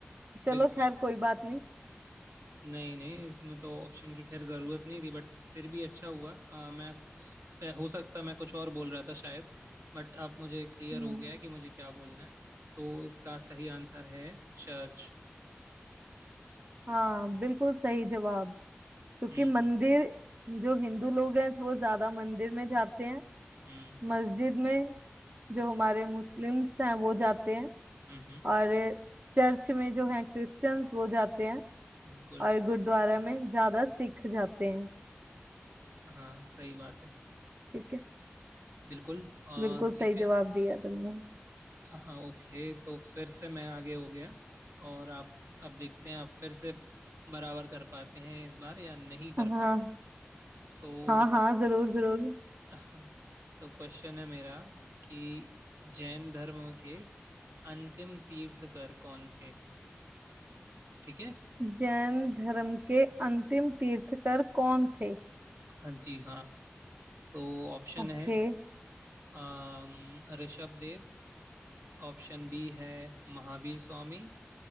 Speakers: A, on the right (about 45°); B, on the right (about 85°).
A: चलो
B: बिल्कुल
A: खैर कोई बात नहीं
B: नहीं नहीं इसमें तो ऑप्शन की खैर ज़रूरत नहीं थी बट फिर भी अच्छा हुआ अ, मैं उस पे- हो सकता मैं कुछ और बोल रहा था शायद बट अब मुझे क्लियर
A: हम्म
B: हो गया है कि मुझे क्या बोलना है तो इसका सही आंसर है चर्च
A: हाँ बिल्कुल सही जवाब क्योंकि
B: हम्म
A: मंदिर जो हिंदू लोग हैं वो ज्यादा मंदिर में जाते हैं
B: हम्म
A: मस्जिद में जो हमारे मुस्लिम्स हैं वो जाते हैं
B: हम्म हम्म,
A: और चर्च में जो हैं क्रिश्चियंस वो जाते हैं
B: बिल्कुल
A: और गुरुद्वारा में ज्यादा सिख जाते हैं
B: हाँ सही बात है
A: ठीक है
B: बिल्कुल अ,
A: बिल्कुल सही
B: ठीक
A: जवाब
B: है
A: दिया तुमने
B: हाँ ओके तो फिर से मैं आगे हो गया और आप अब देखते हैं आप फिर से बराबर कर पाते हैं इस बार या नहीं कर
A: हाँ
B: पाते तो
A: हाँ हाँ जरूर जरूर
B: हाँ, तो क्वेश्चन है मेरा कि जैन धर्म के अंतिम तीर्थकर कौन थे ठीक है
A: जैन धर्म के अंतिम तीर्थकर कौन थे
B: हाँ जी हाँ तो ऑप्शन
A: ओके
B: है अम, ऋषभ देव ऑप्शन बी है महावीर स्वामी